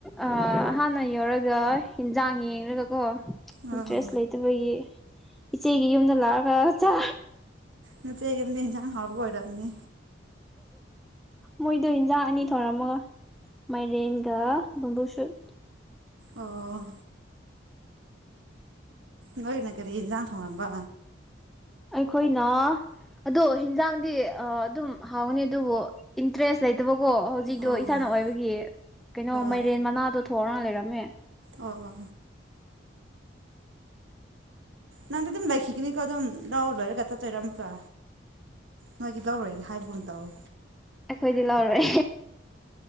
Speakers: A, in the centre; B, on the right.
A: ꯑ ꯍꯥꯟꯅ ꯌꯧꯔꯒ ꯌꯦꯟꯖꯥꯡ ꯌꯦꯡꯒꯀꯣ
B: ꯑꯣ
A: ꯗꯔꯦꯁ ꯂꯩꯇꯕꯒꯤ ꯏꯆꯦꯒꯤ ꯌꯝꯗ ꯂꯛꯂꯥꯒ ꯆꯥ
B: ꯅꯆꯦ ꯌꯨꯝꯅꯤ ꯍꯤꯟꯖꯡ ꯍꯥꯑꯣꯕꯥ ꯑꯣꯏꯔꯝꯅꯤ
A: ꯃꯣꯏꯗꯣ ꯏꯟꯖꯥꯡ ꯑꯅꯤ ꯊꯧꯔꯝꯃꯒ ꯃꯥꯏꯔꯦꯟꯒ ꯨꯝꯕꯨ ꯁꯨꯠ
B: ꯑꯣ ꯅꯣꯅ ꯀꯔꯤ ꯏꯥꯟ ꯊꯣꯡꯉꯝꯕ
A: ꯑꯩꯈꯣꯏꯅ ꯑꯗꯣ ꯍꯤꯟꯖꯥꯡꯗꯤ ꯑꯗꯨꯝ ꯍꯥꯎꯅꯤ ꯑꯗꯨꯕꯨ ꯏꯟꯇ꯭ꯔꯦꯁ ꯂꯩꯇꯕ ꯀꯦ ꯍꯧꯖꯤꯛꯇꯣ
B: ꯑꯣ
A: ꯏꯁꯥꯅ ꯑꯣꯏꯕꯒꯤ ꯀꯩꯅꯣ ꯃꯥꯏꯔꯦꯟ
B: ꯑꯣ
A: ꯃꯅꯥꯗꯣ ꯇꯣ ꯊꯣꯔ ꯂꯩꯔꯝꯃꯦ
B: ꯑꯣ ꯅꯡꯗꯤ ꯑꯗꯨꯝ ꯂꯩꯈꯤꯒꯅꯤꯀꯣ ꯑꯗꯨꯝ ꯂꯧ ꯂꯣꯏꯔꯒ ꯆꯠꯇꯣꯏꯔꯥ ꯑꯃꯨꯛꯀ ꯅꯣꯏꯗꯤ ꯂꯧꯔꯣꯏꯔꯦ ꯍꯥꯏꯕꯒꯨꯝ ꯇꯧꯋ
A: ꯑꯩꯗꯤ ꯂꯥꯎꯔꯣꯏ